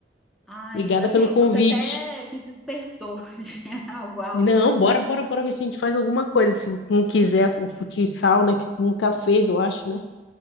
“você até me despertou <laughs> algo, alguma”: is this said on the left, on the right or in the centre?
Centre